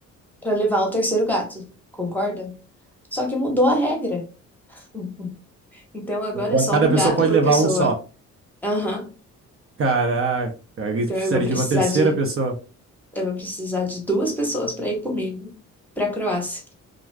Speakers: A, in the centre; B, on the right (about 45°).
A: para levar o terceiro gato, concorda? Só que mudou a regra. <laughs> Então agora
B: Agora,
A: é só
B: Cada
A: um
B: pessoa
A: gato
B: pode
A: por
B: levar
A: pessoa.
B: um só.
A: Aham.
B: Caraca. Isso
A: Então
B: precisaria
A: eu vou precisar
B: de uma terceira
A: de
B: pessoa.
A: eu vou precisar de duas pessoas para ir comigo para Croácia.